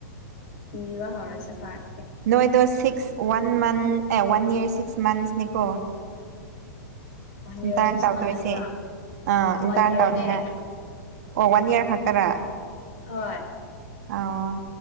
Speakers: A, on the left; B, on the right.
A: ꯅꯤꯕ ꯍꯧꯔꯁꯦ ꯐꯔꯦ
B: ꯅꯣꯏꯗ ꯁꯤꯛꯁ ꯋꯥꯟ ꯃꯟ ꯑꯦ ꯋꯥꯟ ꯏꯔ ꯁꯤꯛꯁ ꯃꯟꯁꯅꯦꯀꯣ
A: ꯋꯥꯟ ꯌꯔ
B: ꯏꯟꯇꯥꯟ
A: ꯁꯤꯛꯁ
B: ꯇꯧꯗꯣꯏꯁꯤꯦ
A: ꯃꯟ ꯍꯥꯏꯕ꯭ꯔꯥ
B: ꯑ
A: ꯋꯥꯟ
B: ꯏꯟꯇꯥꯟ
A: ꯌꯔꯅꯦ
B: ꯇꯧꯔꯤꯅ ꯑꯣ ꯋꯥꯟ ꯏꯔ ꯈ ꯇꯔ
A: ꯍꯣꯏ
B: ꯑꯥ